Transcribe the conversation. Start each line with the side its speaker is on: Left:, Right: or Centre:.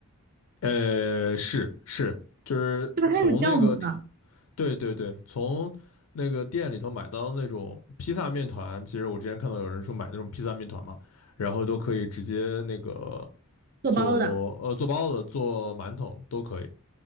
Left: 呃，是是，就是从那个厂，
Right: 对吧？它有酵母的，
Left: 对对对，从那个店里头买到那种披萨面团，其实我之前看到有人说买那种披萨面团嘛，然后都可以直接那个
Right: 做包的
Left: 做呃做包子、做馒头都可以，